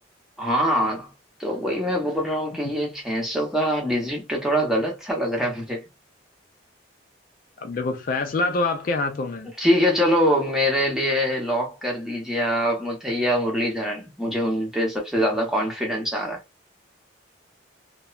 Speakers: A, in the centre; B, on the left.
A: हाँ तो वही मैं बोल रहा
B: <laughs>
A: हूँ कि ये 600 का डिजिट थोड़ा गलत सा लग रहा है मुझे
B: अब देखो फैसला तो आपके हाथों में है
A: ठीक है चलो मेरे लिए लॉक कर दीजिए आप मुथैया मुरलीधरन मुझे उन पे सबसे ज्यादा कॉन्फिडेंस आ रहा